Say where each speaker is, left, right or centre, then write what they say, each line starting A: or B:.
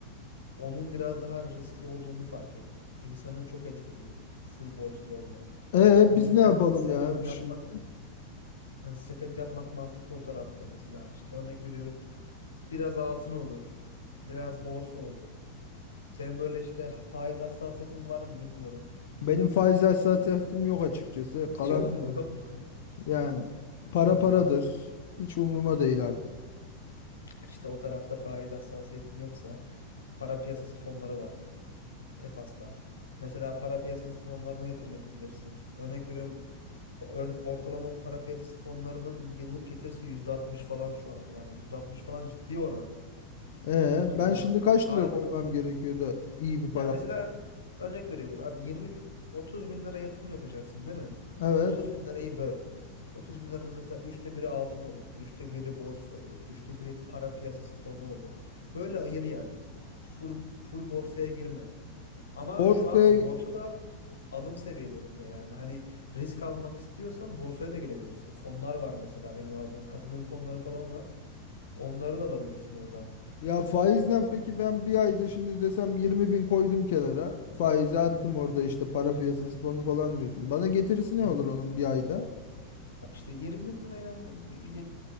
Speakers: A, on the left (about 70°); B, on the left (about 50°).
A: onun biraz daha riskli olduğunu fark ettim. İnsanı çok etkiliyor full borsada olmak.
B: e,
A: O
B: biz
A: yüzden
B: ne yapalım
A: sepet
B: ya
A: yapmak
B: şimdi?
A: yani sepet yapmak mantıklı o tarafta mesela işte örnek veriyorum biraz altın olur biraz borsa olur. Senin böyle işte faiz hassasiyetin var mı bilmiyorum.
B: Benim faiz hassasiyetim yok açıkçası.
A: <laughs>
B: Kalan
A: Yok mu yok mu?
B: yani para
A: Ha.
B: paradır. Hiç umruma değil artık.
A: İşte o tarafta faiz hassasiyetin yoksa para piyasası fonları var Tefas'ta. Mesela para piyasası fonlarına yatırım yapabilirsin. Örnek veriyorum ör- ortalama para piyasası fonlarının bir yıllık getirisi %60 falan şu an yani %60 falan ciddi oran.
B: E,
A: Yani
B: ben şimdi kaç
A: aynı
B: lira koymam gerekiyor da iyi bir para?
A: Ya mesela örnek veriyorum abi 20 bin 30 bin lira yatırım yapacaksın değil mi?
B: Evet.
A: 30 bin lirayı böl. 30 bin liranın mesela üçte biri altın olur. Üçte biri borsa olur. Üçte biri para piyasası fonu olur. Böyle ayır yani. Full, full borsaya girme. Ama
B: Borsaya
A: şu an borsa da alım seviyelerinde yani. Hani risk almak istiyorsan borsaya da gelebilirsin. Fonlar var mesela benim aldığım katılım fonları falan var. Onları da alabilirsin orada.
B: ya faizle peki ben bir ayda şimdi desem 20 bin koydum kenara. Faize attım
A: Hı
B: orada işte para piyasası fonu falan diyorsun. Bana getirisi ne
A: hı.
B: olur onun bir ayda?
A: Bak işte 20 bin lirayla bir- bir-